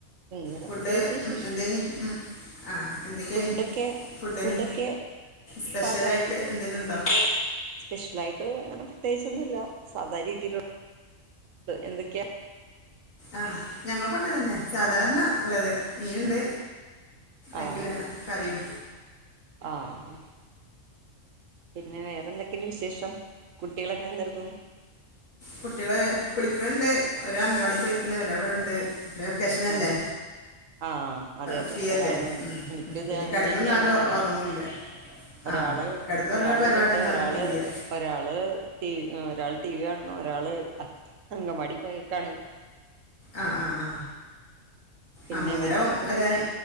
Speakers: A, on the right (about 75°); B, on the left (about 80°).
A: വേറെ
B: ഫുഡ്
A: പ്രത്യേകിച്ച് വിശേഷം
B: എന്തേന് ആഹ എന്തൊക്കെയ
A: ഫുഡൊക്കെ
B: ഫുഡിന്
A: ഫുഡൊക്കെ
B: സ്പെഷ്യലായിട്ട്
A: പാകായി
B: എന്തേനും ഉണ്ടോ
A: സ്പെഷ്യലായിട്ട് അങ്ങനെ പ്രത്യേകിച്ചൊന്നുല്യ സാധാരണ രീതിയില്ള്ള എന്തൊക്കെയാ
B: ആഹ ഞങ്ങൾക്കഅകനെന്നെ സാധാരണ ഉള്ളത് മീനുണ്ട് അക്കില്ല
A: ആഹ്
B: കറിയും
A: ആഹ് പിന്നെ വേറെന്തൊക്കെയണ്ട് വിശേഷം കുട്ടികളൊക്കെ എന്തക്കും
B: കുട്ടികള് കുളിക്കണ്ണ്ട് ഒരാൾ അംഗവാടി പോയിക്ക്‌ണ് ഒരാൾ ഇവിടെണ്ട് വെക്കേഷനല്ലേ
A: ആഹ് ആഹ് അതെ അതെ
B: ഫ്രീയല്ലേ
A: ഒരാൾ
B: ഉം
A: എനിക്കും ഇത്
B: പിന്നെ
A: അങ്ങനെ
B: കിടന്നൊന്നും
A: തന്നെയാണ്
B: ആരും
A: ഒരാ
B: ഉറങ്ങൂല്ല
A: ഒരാള്
B: ആഹ് കിടന്നുറങ്ങുന്ന
A: ഒരാൾ
B: പരിപാടിയൊന്നും
A: ഇവിടെണ്ട് ഒരാള്
B: ആർക്കുല്യ
A: ഒരാള് ഒരാൾ ടി വി കാണു ഒരാള് അംഗവാടി പോയെക്കാണ്
B: ആ ആ ആ
A: പിന്നെ
B: ആ മൂന്നരവും
A: വേറെന്തൊക്കെയുണ്ട്
B: വരാന്
A: വിശേ